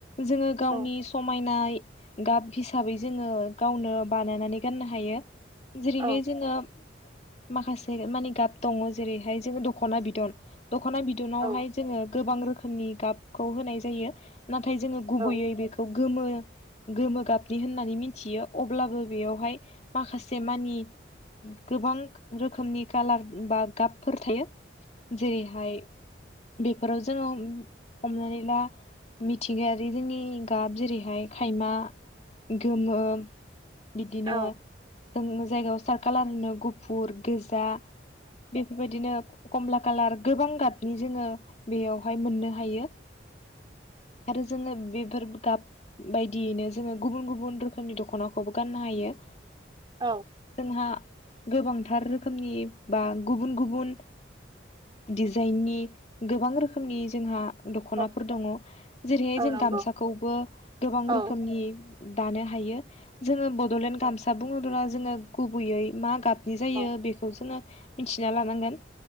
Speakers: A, on the left (about 35°); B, on the right (about 25°).
A: जोङो गावनि
B: औ
A: समायनाय गाब हिसाबै जोङो गावनो बानायनानै गाननो हायो। जेरैहाय
B: औ
A: जोङो माखासे मानि गाब दङ जेरैहाय जोङो दख'ना बिदन। दख'ना बिदनावहाय
B: औ
A: जोङो गोबां रोखोमनि गाबखौ होनाय जायो। नाथाय जोङो गुबैयै
B: औ
A: बेखौ गोमो गोमो गाबनि होननानै मिनथियो। अब्लाबो बेयावहाय माखासे से मानि गोबां रोखोमनि कालार बा गाबफोर थायो। जेरैहाय बेफोराव जोङो हमनानै ला मिथिंगायारि जोंनि गाब जेरैहाय खायमा, गोमो बिदिनो
B: औ
A: जोंङो जायगायाव सार कालार होनो गुफुर, गोजा। बेफोरबायदिनो कमला कालार गोबां गाबनि जोङो बेयावहाय मोननो हायो आरो जोङो बेफोर गाब बायदियैनो जोङो गुबुन गुबुन रोखोमनि दख'नाखौबो गाननो हायो।
B: औ
A: जोंहा गोबांथार रोखोमनि बा गुबुन गुबुन डिजाइननि गोबां रोखोमनि जोंहा दख'नाफोर
B: औ
A: दङ। जेरैहाय
B: औ
A: जों
B: नंगौ
A: गामसाखौबो गोबां
B: औ
A: रोखोमनि दानो हायो। जोङो बड'लेण्ड गामसा बुङोब्ला जोङो गुबैयै मा गाब नि जायो
B: औ
A: बेखौ जोङो मिथिना लानांगोन।